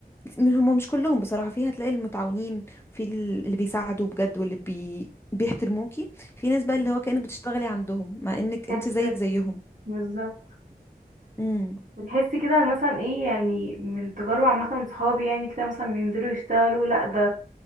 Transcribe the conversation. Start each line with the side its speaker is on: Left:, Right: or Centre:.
Left: هم مش كلهم بصراحة فيها هتلاقي المتعاونين وفي ال- اللي بيساعدوا بجد واللي بي... بيحترموكي في ناس بقى اللي هو كأنك بتشتغلي عندهم مع انك
Right: بتحسي
Left: انت زيك زيهم
Right: بالظبط
Left: امم
Right: بتحسي كده مثلا ايه يعني من تجارب عامة صحابي يعني كده مثلا بينزلوا يشتغلوا لا ده